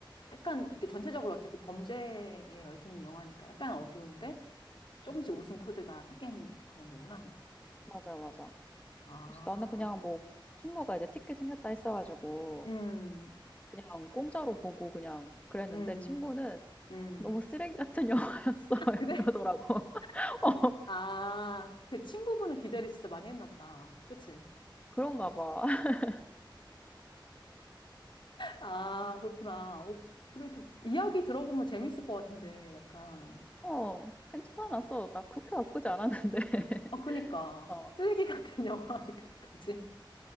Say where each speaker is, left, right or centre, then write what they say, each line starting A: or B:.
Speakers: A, on the left; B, on the left.
A: 약간, 이렇게 전체적으로 어쨌든 범죄에 얽힌 영화니까 약간 어두운데 조금씩
B: 음음.
A: 웃음 코드가 섞인 그런 거구나.
B: 맞아, 맞아.
A: 아,
B: 그래서 나는 그냥 뭐 친구가 이제 티켓 생겼다 했어 가지고
A: 음,
B: 그냥 공짜로 보고 그냥 그랬는데
A: 음,
B: 친구는
A: 음.
B: 너무 쓰레기 같은 <laughs> 영화였어 <laughs>
A: 그래?
B: 이러더라고. <laughs>
A: <laughs>
B: 어,
A: 아, 그 친구분은 기대를 진짜 많이 했나 보다. 그치?
B: 그런가 봐. <laughs>
A: 아, 그렇구나. 어, 그래도 이야기 들어보면 재밌을 것 같은데, 약간.
B: 어, 괜찮았어. 나 그렇게 나쁘지 않았는데. <laughs>
A: 어, 그니까.
B: 어,
A: 쓰레기 같은 <laughs> 영화까지.